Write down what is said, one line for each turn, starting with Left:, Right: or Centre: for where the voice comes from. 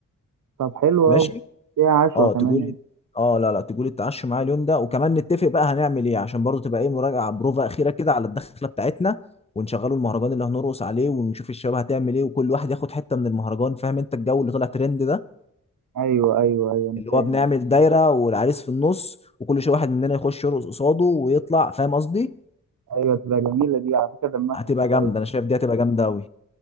Right: طب حلو
Left: ماشي
Right: أوي فيها عشوة
Left: اه
Right: كمان
Left: تقولي
Right: هنا
Left: اه لا لا تقولي اتعشوا معايا اليوم ده وكمان نتفق بقى هنعمل ايه عشان برضه تبقى ايه مراجعه بروفا اخيره كده على الدخله بتاعتنا ونشغلوا المهرجان اللي هنرقص عليه ونشوف الشباب هتعمل ايه وكل واحد ياخد حته من المهرجان فاهم انت الجو اللي طلع ترند ده
Right: أيوه أيوه أيوه أنا
Left: اللي
Right: فاهم
Left: هو بنعمل دايره والعريس في النص وكل شويه واحد مننا يخش يرقص قصاده ويطلع فاهم قصدي
Right: أيوه تبقى جميلة دي على فكرة دمها
Left: هتبقى
Right: خفيف
Left: جامده
Right: أوي
Left: انا شايف دي هتبقى جامده قوي